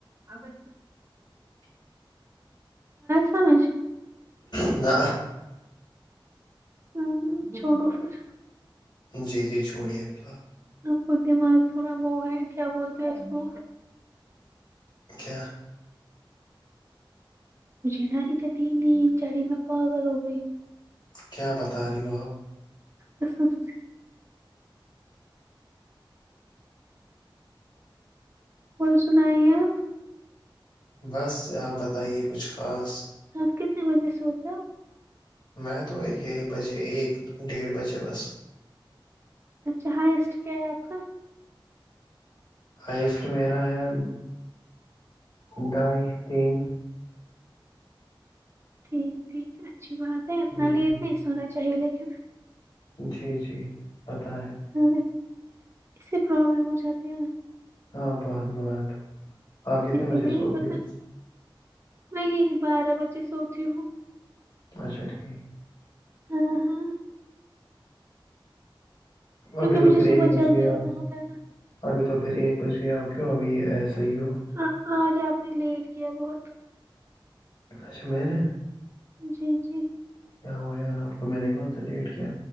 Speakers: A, on the right; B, on the left.
A: آیا سمجھ
B: نہ
A: <unintelligible> ہو چھوڑو پھر
B: جی جی چھوڑیے فیلحال
A: آپ کا دماغ تھوڑا بو ہے کیا بولتے ہیں اس کو
B: کیا <unintelligible>
A: مجھے نا اتنی نیند چڑی میں پاگل ہو گئی
B: کیا بتا رہی ہو آپ
A: قسم سے اور سنائیے آپ
B: بس آپ بتائیے کچھ خاص
A: آپ کتنے بجے سوتے ہو
B: میں تو یہی بجے ایک ڈیڑھ بجے بس
A: اچھا ہائسٹ کیا ہے آپ کا
B: ہائیسٹ میرا ہے ڈھائی تین
A: ٹھیک ٹھیک اچھی بات ہے اتنا
B: جی
A: لیٹ
B: جی
A: نہیں سونا چاہیے لیکن
B: جی جی پتا ہے
A: ہاں اس سے پرابلم ہو جاتی ہے
B: ہاں بہت بہت آپ کتنے
A: اسی
B: بجے
A: لیے
B: سوتی
A: مطلب
B: ہو
A: میں یہ ہے بارہ بجے سوتی ہوں
B: اچھا ٹھیک
A: ہاں ہاں کیونکہ
B: ابھی تو
A: مجھے
B: پھرے
A: صبح
B: ایک بج
A: جلدی
B: گئے
A: اٹھنا
B: اج
A: ہوتا ہے
B: ابھی تو پھر ایک بج گئے آپ کیوں ابھی ایسے ہی ہو
A: ہاں آج آپ نے لیٹ کیا بہت
B: اچھا میں نے
A: جی جی
B: کیا ہوا یار آپ کو میں نے کون سا لیٹ کیا